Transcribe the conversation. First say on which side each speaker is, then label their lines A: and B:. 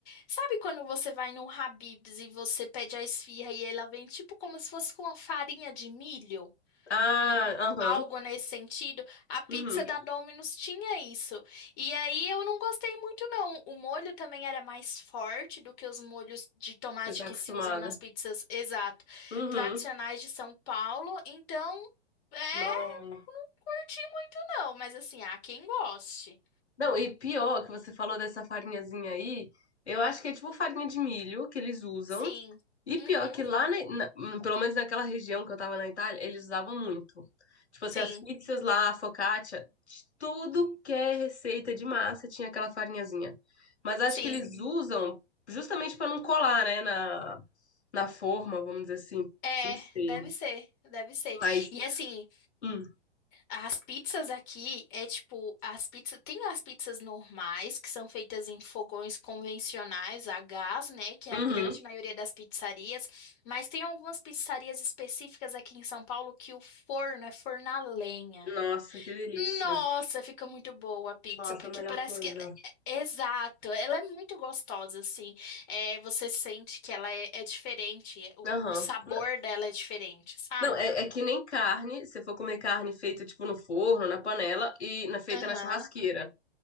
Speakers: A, on the left; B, on the left.
A: sabe quando você vai num Habib's e você pede a esfirra e ela vem tipo como se fosse com uma farinha de milho?
B: Ah,
A: um-
B: aham.
A: algo nesse sentido. A pizza
B: Uhum.
A: da Domino's tinha isso. E aí eu não gostei muito, não. O molho também era mais forte do que os molhos de tomate
B: Você tá
A: que
B: acostumada.
A: se usam nas pizzas, exato,
B: Uhum.
A: tradicionais de São Paulo. Então, é,
B: Não.
A: não curti muito, não. Mas assim, há quem goste.
B: Não, e pior que você falou dessa farinhazinha aí, eu acho que é tipo farinha de milho que eles usam.
A: Sim.
B: E
A: Uhum.
B: pior que lá, na, na- hum, pelo menos naquela região que eu tava na Itália, eles usavam muito. Tipo assim,
A: Sim,
B: as pizzas lá, a focaccia, tudo que é receita de massa tinha aquela farinhazinha. Mas acho
A: sim.
B: que eles usam justamente pra não colar, né, na, na forma, vamos dizer assim.
A: É,
B: Não sei.
A: deve ser, deve ser.
B: Mas.
A: E assim,
B: hum.
A: As pizzas aqui é tipo, as pizzas, tem as pizzas normais, que são feitas em fogões convencionais a gás, né, que é
B: Uhum.
A: a grande maioria das pizzarias, mas tem algumas pizzarias específicas aqui em São Paulo que o forno é forno a lenha.
B: Nossa, que delícia.
A: Nossa, fica muito boa a pizza,
B: Nossa,
A: porque
B: a melhor
A: parece
B: coisa.
A: que ela é... é- Exato, ela é muito gostosa, assim. É, você sente que ela é, é diferente, o,
B: Aham.
A: o sabor
B: N-
A: dela é diferente, sabe?
B: Não, é, é que nem carne, se for comer carne feita, tipo, no forno, na panela e na, feita
A: Aham,
B: na churrasqueira.